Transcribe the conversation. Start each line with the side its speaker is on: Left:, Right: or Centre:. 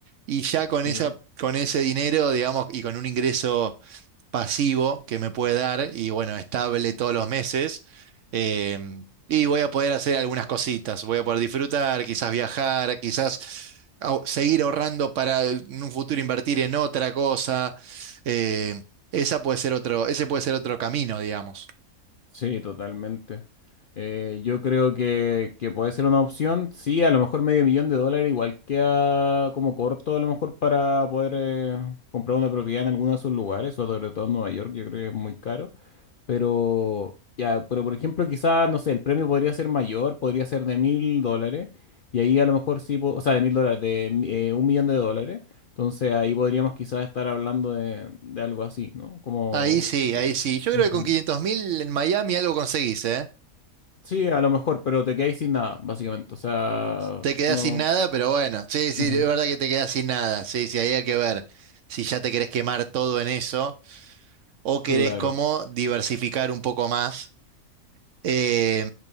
Right: Y ya con
Left: Sí.
Right: esa, con ese dinero, digamos, y con un ingreso pasivo que me puede dar, y bueno, estable todos los meses, em, y voy a poder hacer algunas cositas, voy a poder disfrutar, quizás viajar, quizás au- seguir ahorrando para en un futuro invertir en otra cosa. em, esa puede ser otro, ese puede ser otro camino, digamos.
Left: Sí, totalmente. Eh, yo creo que, que puede ser una opción. Sí, a lo mejor medio millón de dólares igual queda como corto a lo mejor para poder eh, comprar una propiedad en alguno de esos lugares, sobre todo en Nueva York, yo creo que es muy caro. Pero, ya, pero por ejemplo, quizás, no sé, el premio podría ser mayor, podría ser de mil dólares. Y ahí a lo mejor sí, po- o sea, de mil dólares, de eh, un millón de dólares. Entonces ahí podríamos quizás estar hablando de, de algo así, ¿no? Como...
Right: Ahí sí,
Left: Ujú.
Right: ahí sí. Yo creo que con quinientos mil en Miami algo conseguís, ¿eh?
Left: Sí, a lo mejor, pero te quedáis sin nada, básicamente. O sea,
Right: Te quedás
Left: no.
Right: sin nada, pero bueno, sí, sí,
Left: ujú,
Right: es verdad que te quedás sin nada. Sí, sí, ahí hay que ver si ya te querés quemar todo en eso o querés
Left: Claro.
Right: como diversificar un poco más. Eh,